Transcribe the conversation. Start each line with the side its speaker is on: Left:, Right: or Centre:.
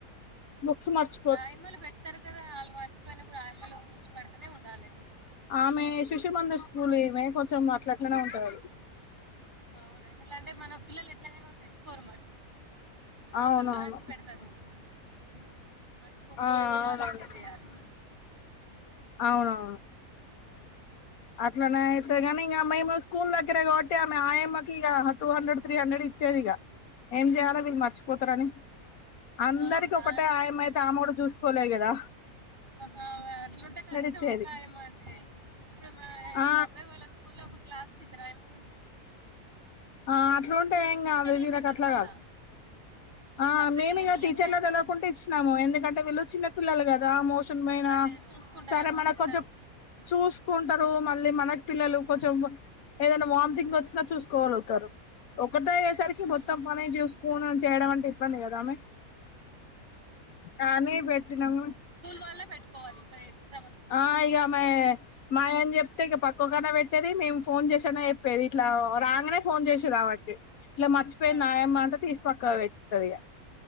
Left: బుక్స్ మర్చు
Right: ఆయమ్మలు పెడతారు కదా ఆళ్లు మర్చిపోయిన కూడా ఆయమ్మలు చూసి పెడతనే ఉండాలి
Left: ఆమె శిశు మందుస్ లు ఈమే కొంచెం అట్లట్ అట్లనే ఉంటది ఆమె
Right: అవును ఎందుకంటే మన పిల్లలు ఎట్లాగైనా తెచ్చుకోరు మర్చిపోతారు
Left: అవునవును
Right: వాలొచ్చి పెడతారు మ్మ్. మర్చిపోకుండా
Left: ఆ
Right: అన్ని
Left: అవునండి
Right: వాళ్ళే సెట్ చేయాలే
Left: అవునవును
Right: అదే
Left: అట్లనే అయితే కాని ఇంగ మేము స్కూల్ దగ్గరే కాబట్టి ఆమె ఆయమ్మకి ఇక టూ హండ్రెడ్ త్రీ హండ్రెడ్ ఇచ్చేది ఇక ఏం చేయాల వీళ్ళు మర్చిపోతారని అందరికి
Right: అవునా
Left: ఒకటే ఆయమయితే ఆమె గుడ చూస్ పోలే గదా
Right: హావ అట్లుంటే కష్టం
Left: ఇచ్చేది
Right: ఒక్క ఆయమ్మ అంటే ఇప్పుడు ఆయే
Left: ఆ
Right: మా అబ్బాయి వాళ్ళ స్కూల్లో ఒక క్లాస్ కిద్దరు ఆయమ్మలు ఉంటరు
Left: ఆ అట్లా ఉంటే ఏం కాదు
Right: ఏమి
Left: వీళ్ళకి
Right: ఉండదు
Left: అట్లకాదు,
Right: మళ్ళా
Left: ఆ
Right: సపరేట్గా
Left: మేము ఇగ
Right: ఏమి ఇయ్యం
Left: టీచర్లకు
Right: క్యాష్
Left: తెలవకుంట ఇచ్చినాము ఎందుకంటే వీళ్ళు చిన్న పిల్లలు గ దా మోషన్ బోయిన
Right: అదే చూసుకుంటారేమో
Left: సరే మనకొంచెం
Right: అని ఇస్తారు
Left: చూసుకుంటారు, మళ్ళీ మనకు పిల్లలు కొంచెం ఏదైనా వామ్తింగ్ వచ్చినా చూసుకోరు. ఒకటే అయ్యేసరికి
Right: ఉమ్,
Left: మొత్తం పనే జూసుకొని చేయడం అంటే ఇబ్బంది కదా ఆమె కానీ పెట్టినాం.
Right: వాల్లే పెట్టుకోవాలి ప్లేయర్స్
Left: ఆ ఇగ ఆమె మాయిఅని చెప్తే ఇక పక్కకన్నా పెట్టేది, మేం ఫోన్ జేసి అన్న చెప్పేది ఇట్లా రాంగనే ఫోన్ జేసిర్రామెకి ఇట్లా మర్చిపోయింది
Right: ఆహా,
Left: ఆయమ్మ అంటే తీసి పక్కకు పెట్తది ఇగ,